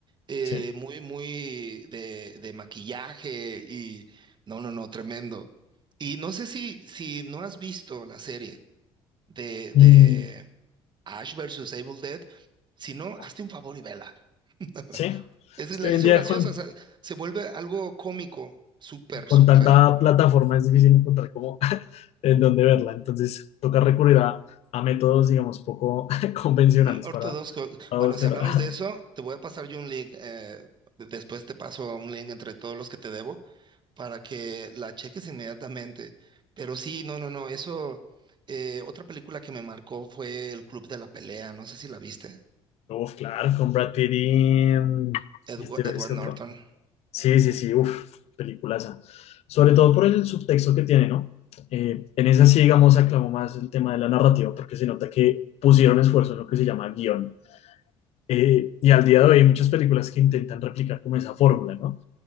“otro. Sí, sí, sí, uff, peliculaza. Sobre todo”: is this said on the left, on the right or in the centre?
Left